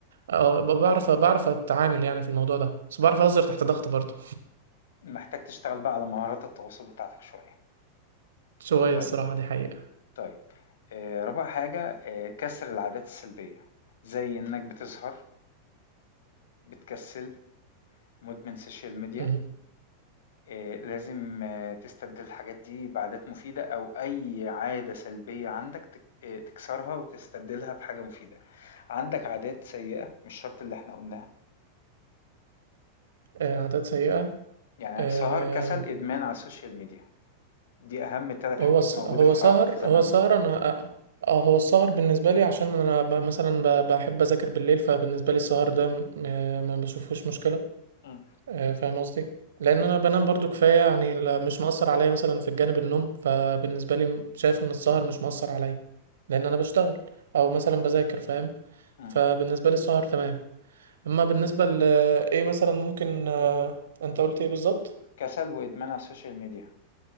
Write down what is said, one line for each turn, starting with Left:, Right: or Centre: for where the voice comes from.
Right: أه ب- بعرف بعرف أتعامل يعني في الموضوع ده بس بعرف أهزر تحت ضغط برضه
Left: محتاج تشتغل بقى على مهارات التواصل بتاعتك شوية
Right: <laughs> شوية
Left: طيب
Right: الصراحة دي حقيقة
Left: طيب آه رابع حاجة آه كسر العادات السلبية زي انك بتسهر بتكسل مدمن سوشيال ميديا
Right: مم.
Left: آه لازم آه تستبدل الحاجات دي بعادات مفيدة او اي عادة سلبية عندك تك... آه تكسرها وتستبدلها بحاجة مفيدة عندك عادات سيئة مش شرط اللي احنا قلناها
Right: آه، عادات سيئة
Left: يعني
Right: آه،
Left: سهر كسل ادمان على السوشيال ميديا دي اهم ثلاث حاجات
Right: هو الس-
Left: موجوده
Right: هو
Left: في
Right: سهر
Left: ع- في زماننا
Right: هو سهر أنا أه آه، هو السهر بالنسبة لي عشان أنا ب- مثلا ب- بحب أذاكر بالليل فبالنسبة لي السهر ده م- آه، ما بشوفهوش مشكلة
Left: مم.
Right: آه، فاهم قصدي لان انا بنام برضو كفايه يعني لا- مش مأثر عليا مثلا في الجانب النوم فبالنسبه لي م- شايف ان السهر مش مأثر عليا لان انا بشتغل او مثلا بذاكر فاهم
Left: مم.
Right: فبالنسبه لي السهر تمام اما بالنسبه ل ايه مثلا ممكن آه، انت قلت ايه بالظبط
Left: كسل وادمان على السوشيال ميديا